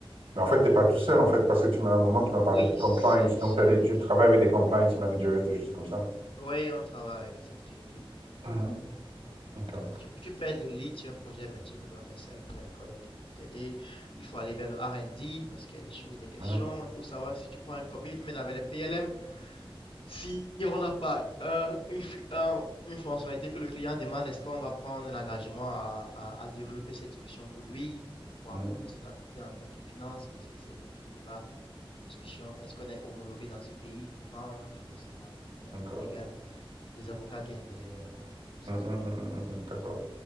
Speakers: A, on the right; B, on the left.
A: Mais en fait, t'es pas tout seul, en fait, parce que tu m'as à un moment, tu m'as
B: Oui,
A: parlé de compliance.
B: c'est
A: Donc,
B: c'est
A: t'as des,
B: une
A: tu
B: équipe.
A: travailles avec des compliance managers, des choses comme ça.
B: Oui, on travaille avec, c'est toute une équipe. On travaille
A: Mhm.
B: en groupe, on est en équipe.
A: D'accord.
B: tu vois. Tu- tu peux être le lead sur un projet, mais tu ne peux pas faire seul. Il y a des collègues qui peuvent t'aider. Il faut aller vers le R&D parce qu'il y a des choses, des questions.
A: Mhm,
B: Il faut savoir si tu prends un commitment avec les PLM. Si on n'a pas euh, une, fi- un- une fonctionnalité que le client demande, est-ce qu'on va prendre un engagement à, à- à développer cette solution pour lui ou pour
A: mhm,
B: à combien ça va coûter en termes de finances? Oui, c'est c'est beaucoup de débats, de discussions. Est-ce qu'on est homologué dans ce pays pour vendre, etc. Donc, il y a
A: D'accord.
B: le légal les avocats qui interviennent également. c'est
A: Mm,
B: ça.
A: mm, mm, mm, mm, mm, D'accord.